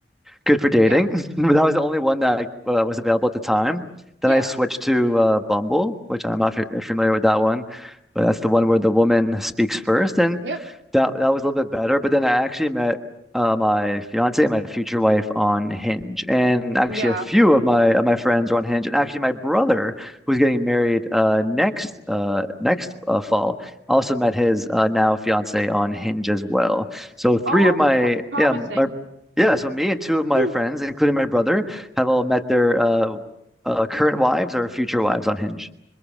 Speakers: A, in the centre; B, on the right.
A: good for dating.
B: Yeah,
A: <laughs> But that was the only one that uh, was available at the time.
B: yeah,
A: Then I switched to uh, Bumble, which I'm not f familiar with that one, but that's the one where the woman speaks first, and
B: yep,
A: that that was a little bit better, but then I actually met uh, my fiance and my future wife on Hinge, and actually
B: yeah.
A: a few of my of my friends are on Hinge, and actually my brother who's getting married uh, next uh, next uh, fall also met his uh, now fiance on Hinge as well. So three
B: Oh,
A: of my
B: that's promising.
A: yeah my yeah so me and two of my
B: <laughs>
A: friends, including my brother, have all met their uh, uh, current wives or future wives on Hinge.